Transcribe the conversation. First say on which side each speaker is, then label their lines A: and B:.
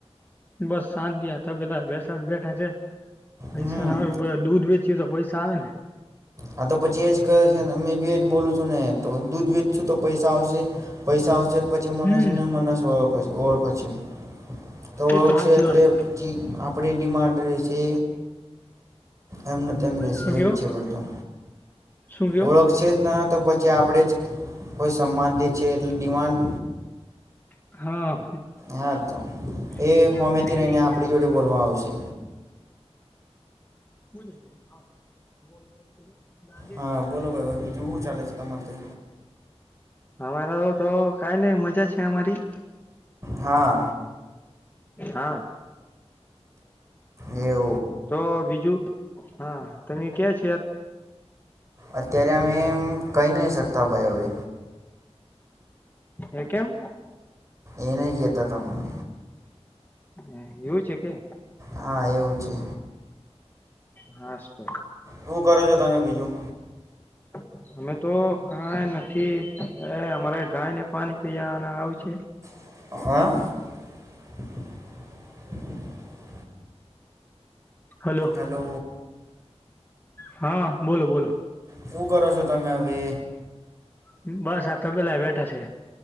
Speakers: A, on the left; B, on the right.
A: બસ શાંતિ આ તબેલા બેસાડ બેઠા છે પૈસા
B: હમ
A: આવે બસ દૂધ વેચ ચી તો પૈસા આવે ને.
B: આ તો પછી એજ કરહે છે મેં બી એજ બોલું છું ને તો દૂધ વેચ છું તો પૈસા આવશે પૈસા આવશે. પછી મનસ
A: હમ
B: ને મનસ ઓળખ ઓળખ છે. તો
A: એ
B: ઓળખશે
A: હાચી
B: એટલે
A: વાત
B: પછી આપણેે ડિમાન્ડ રહેેશે. એમનો તેમમ રેશે
A: શું
B: એવું
A: કેવો
B: જ છે પડધું.
A: શું કેવો
B: ઓળખ છે જ ના તો પછી આપણેે જ. કોઈ સમાન દે છે એટલે ડિમાન્ડ.
A: હા.
B: હા તો એ.
A: લા.
B: હોમેથી રહીને આપણી જોડે બોલવા આવશે
A: બ હા બોલ ત ગાંધ
B: હા
A: ગલા.
B: બોલો ભાઈ ભાઈ બીજું શું ચાલે છે તમારે
A: અમારા તો કઈ નઈ મજા છે અમારી.
B: હા
A: હા.
B: એવું.
A: તો બીજું. હા, તમે ક્યા છો.
B: અત્યારે અમે એમ કઈ નઈ શકતા ભાઈ હવે.
A: એ કેમ?
B: એ નઈ કેતા તમને.
A: એ એવું છે કે?
B: હા એવું છે.
A: હાાસ તો.
B: એવું કરો છો તમે બીજું.
A: <inaudible> અમે તો કઈ નથી અમારે ગાય ને પાણી પયા અને આવ છે.
B: હ <unintelligible>
A: હલો
B: હેલો
A: હા બોલો બોલો.
B: શું કરો છો તમે હવે.
A: બસ. આ તબેલા બેઠા છે.